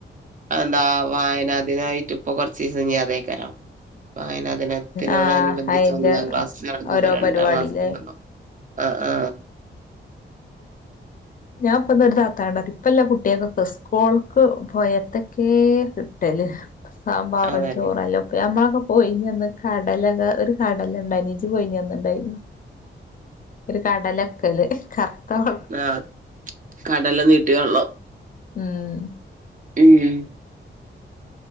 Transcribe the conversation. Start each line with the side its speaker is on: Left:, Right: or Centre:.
Right: അതെന്താ വായനാദിനായിട്ട് ഇപ്പൊ കൊറച്ച് ദിവസം ഞ് അതേകാരം വായനാ ദിനത്തിനോടനുബന്ധിച്ച്
Left: ആഹ് അയിന്റെ
Right: ഒന്നാം ക്ലാസ് നടന്നതും
Left: ഓരോ
Right: രണ്ടാം
Left: പരിപാടില്ലേ
Right: ക്ലാസ് നടന്നതും ആ ആ്
Left: ഞാൻപ്പന്ന് ഒരു താത്താനോട്‌ ഇപ്പളെ കുട്ടിയെക്കൊക്കെ സ് സ്കൂൾക് പോയാ എന്തൊക്കെ കിട്ടല്. സാമ്പാറും
Right: അതല്ലേ
Left: ചോറും അല്ല ഉപ്പേ നമ്മൾക്കൊ പോയിനി അന്ന് കടല കറി ഒരു കടല ഇണ്ടായിനി ഇജ് പോയിനിഅന്ന് ഇണ്ടായിരുന്നോ? ഒരു കടലക്കല് <unintelligible>
Right: ആഹ് കടല നീട്ടിയാള്ളം
Left: ഉം
Right: ഉം.